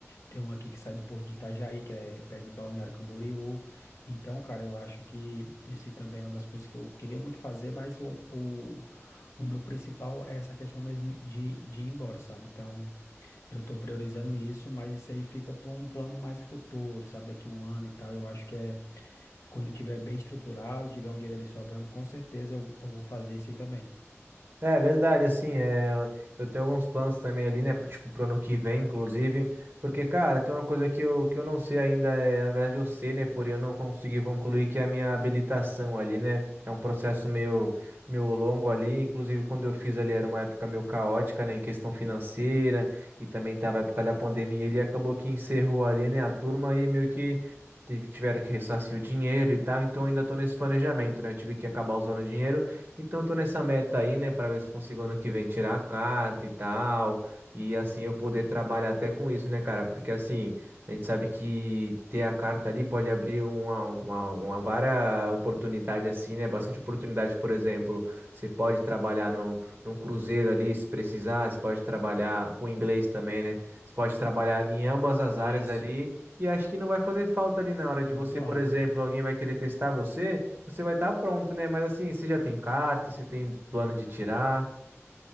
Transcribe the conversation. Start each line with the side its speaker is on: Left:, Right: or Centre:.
Left: Tem um aqui que sai do Porto de Itajaí, que é perto de Balneário Camboriú. Então, cara, eu acho que esse também é uma das coisas que eu queria muito fazer, mas o, o, o meu principal é essa questão mesmo de, de ir embora, sabe? Então, eu tô priorizando isso, mas isso aí fica para um plano mais futuro, sabe? Daqui um ano e tal. Eu acho que é quando eu tiver bem estruturado, tiver um dinheiro ali sobrando, com certeza eu, eu vou fazer isso aí também.
Right: É verdade, assim, é, eu tenho alguns planos também ali, né, pro- tipo, pro ano que vem, inclusive, porque, cara, tem uma coisa que eu, que eu não sei ainda, é, na verdade eu sei, né, porém eu não consegui concluir, que é a minha habilitação ali, né, é um processo meio, meio longo ali, inclusive quando eu fiz ali era uma época meio caótica, né, em questão financeira, e também tava a época da pandemia, ele acabou que encerrou ali, né, a turma e meio que tive- tiveram que ressarcir o dinheiro e tal, então eu ainda tô nesse planejamento, né, eu tive que acabar usando o dinheiro, então, eu tô nessa meta aí, né, para ver se consigo ano que vem tirar a carta e tal, e assim
Left: Hum.
Right: eu poder trabalhar até com isso, né, cara? Porque assim, a gente sabe que ter a carta ali pode abrir uma, uma, uma vara oportunidade, assim, né? Bastante oportunidade, por exemplo, você pode trabalhar no num cruzeiro ali se precisar, você pode trabalhar com inglês também, né? Você pode trabalhar em ambas as
Left: Isso.
Right: áreas ali, e acho que não vai fazer falta ali na hora
Left: É
Right: de
Left: muito
Right: você, por
Left: amplo.
Right: exemplo, alguém vai querer testar você. Você vai estar pronto, né? Mas assim, você já tem carta, você tem plano de tirar.